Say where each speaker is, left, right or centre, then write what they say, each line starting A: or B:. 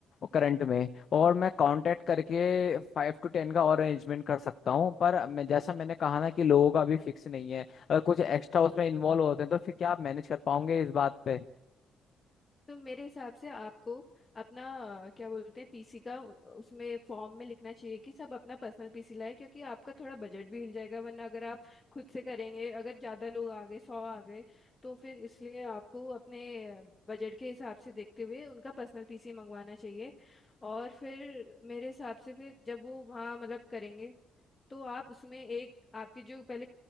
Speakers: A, on the left; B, on the left.
A: करंट में और मैं कांटेक्ट करके फाइव टू टेन का और अरेंजमेंट कर सकता हूँ पर मैं जैसा मैंने कहा ना कि लोगों का अभी फिक्स नहीं है अगर कुछ एक्स्ट्रा उसमें इन्वॉल्व होते हैं तो फिर क्या आप मैनेज कर पाओगे इस बात पे
B: तो मेरे हिसाब से आपको अपना अ, क्या बोलते हैं पीसी का उ- उसमें फॉर्म में लिखना चाहिए कि सब अपना पर्सनल पीसी लाए क्योंकि आपका थोड़ा बजट भी हिल जाएगा वरना अगर आप खुद से करेंगे अगर ज्यादा लोग आ गए सौ आ गए तो फिर इसलिए आपको अपने बजट के हिसाब से देखते हुए उनका पर्सनल पीसी मंगवाना चाहिए और फिर मेरे हिसाब से फिर जब वो वहाँ मतलब करेंगे तो आप उसमें एक आपके जो पहले